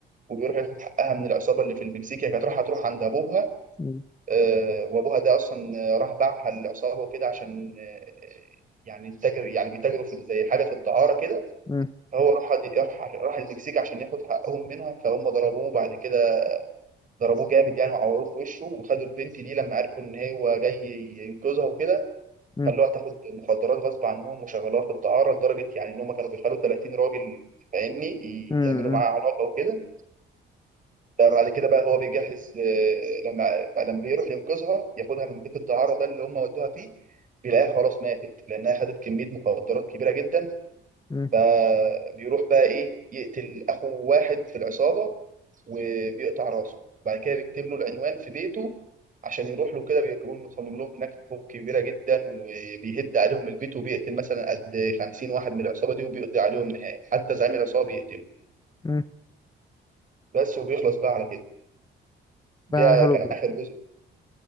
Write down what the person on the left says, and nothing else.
مم.
مم.
مم.
مم.
مم.
مم.
بقى حلو
برضو